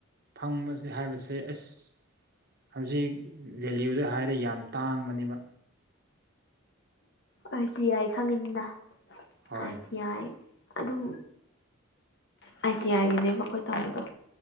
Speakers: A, on the right; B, on the left.
A: ꯐꯪꯕꯁꯦ ꯍꯥꯏꯕꯁꯦ ꯑꯦꯁ ꯍꯧꯖꯤꯛ ꯚꯦꯂꯨꯗ ꯍꯥꯏꯔꯦ ꯌꯥꯝ ꯇꯥꯡꯕꯅꯦꯕ
B: ꯑꯥꯏ ꯇꯤ ꯑꯥꯏ ꯈꯪꯉꯤꯅꯤꯅ
A: ꯍꯣꯏ
B: ꯑꯥꯏ ꯇꯤ ꯑꯥꯏ ꯑꯗꯨꯝ ꯑꯥꯏ ꯇꯤ ꯑꯥꯏꯒꯤꯅꯦꯕ ꯑꯩꯈꯣꯏ ꯇꯧꯕꯗꯣ